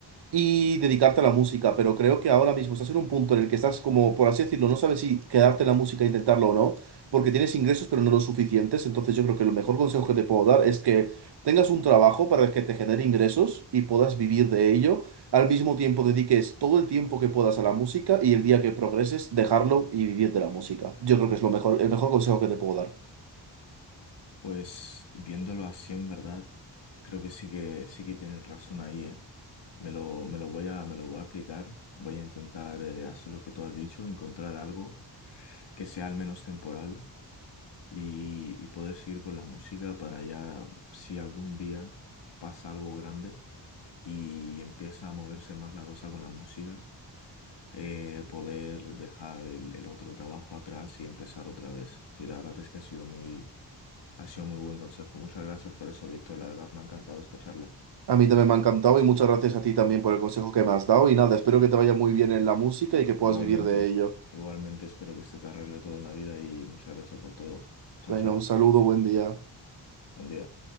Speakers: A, on the right; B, on the left.
A: y dedicarte a la música, pero creo que ahora mismo estás en un punto en el que estás como, por así decirlo, no sabes si quedarte en la música e intentarlo o no, porque tienes ingresos pero no los suficientes, entonces yo creo que el mejor consejo que te puedo dar es que tengas un trabajo para el que te genere ingresos y puedas vivir de ello, al mismo tiempo dediques todo el tiempo que puedas a la música y el día que progreses dejarlo y vivir de la música. Yo creo que es lo mejor, el mejor consejo que te puedo dar.
B: Pues viéndolo así en verdad, creo que sí que sí que tienen razón ahí, ¿eh? Me lo, me lo voy a, me lo voy a aplicar, voy a intentar eh, hacer lo que tú has dicho, encontrar algo que sea al menos temporal y, y poder seguir con la música para ya, si algún día pasa algo grande y empieza a moverse más la cosa con la música, eh, poder dejar el, el otro trabajo atrás y empezar otra vez. Sí, la verdad es que ha sido muy, ha sido muy buen consejo. Muchas gracias por eso, Víctor. La verdad me ha encantado esta charla.
A: A mí también me ha encantado y muchas gracias a ti también por el consejo que me has dado y nada, espero que te vaya muy bien en la música y que puedas
B: Igualmente,
A: vivir de ello.
B: igualmente espero que se te arregle todo en la vida y muchas gracias por todo. Chao,
A: Venga,
B: chao.
A: un saludo, buen día.
B: Buen día.